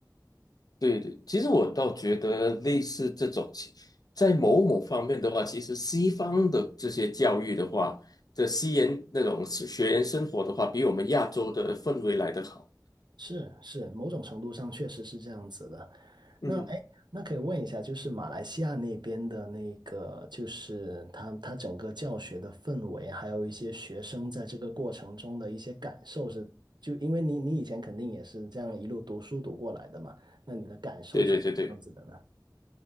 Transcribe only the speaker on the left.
对对，其实我倒觉得类似这种情，在某某方面的话，其实西方的这些教育的话，这西研那种学员生活的话，比我们亚洲的氛围来得好。
嗯，
对对对对。